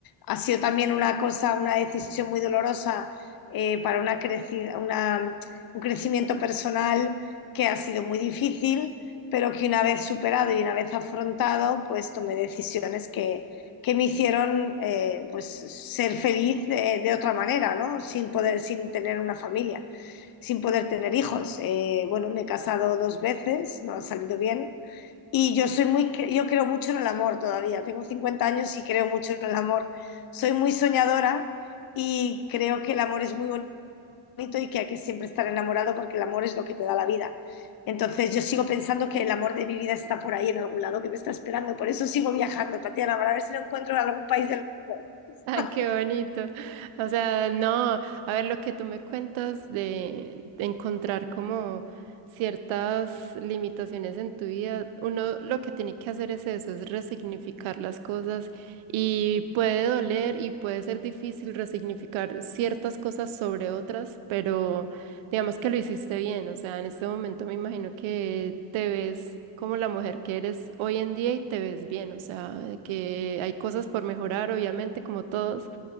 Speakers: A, on the left (about 50°); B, on the right (about 80°).
A: ha sido también una cosa, una decisión muy dolorosa eh, para una creci- una- un crecimiento personal que ha sido muy difícil, pero que una vez superado y una vez afrontado, pues tomé decisiones que, que me hicieron eh, pues, ser feliz eh, de otra manera, ¿no? Sin poder, sin tener una familia sin poder tener hijos. Eh, bueno, me he casado dos veces, no ha salido bien. Y yo soy muy, yo creo mucho en el amor todavía. Tengo 50 años y creo mucho en el amor. Soy muy soñadora y creo que el amor es muy bonito y que hay que siempre estar enamorado porque el amor es lo que te da la vida. Entonces yo sigo pensando que el amor de mi vida está por ahí en algún lado, que me está esperando. Por eso sigo viajando, Tatiana, para ver si lo encuentro en algún país del mundo. <laughs>
B: Ay, qué bonito. O sea, no, a ver lo que tú me cuentas de, de encontrar como ciertas limitaciones en tu vida, uno lo que tiene que hacer es eso, es resignificar las cosas y puede doler y puede ser difícil resignificar ciertas cosas sobre otras, pero digamos que lo hiciste bien, o sea, en este momento me imagino que te ves como la mujer que eres hoy en día y te ves bien, o sea, de que hay cosas por mejorar, obviamente, como todos,